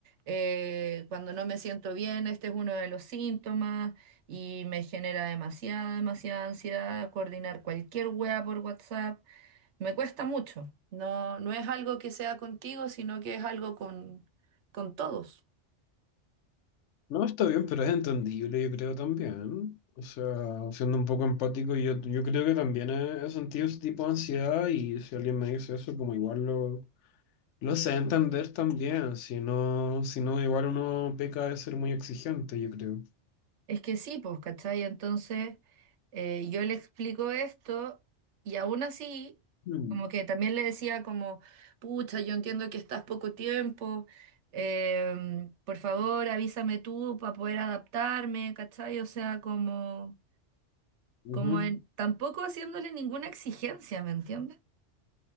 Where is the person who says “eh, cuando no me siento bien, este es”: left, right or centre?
Right